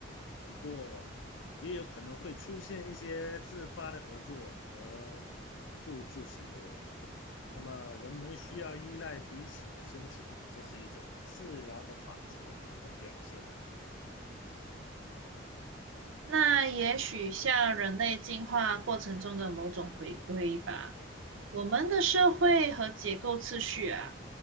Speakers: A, on the left (about 70°); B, on the right (about 80°).
A: 不过，也有可能会出现一些自发的合作和互助行为。那么，人们需要依赖彼此来生存，这是一种自然的法则的表现啊。
B: 那也许像人类进化过程中的某种回归吧，我们的社会和结构次序啊，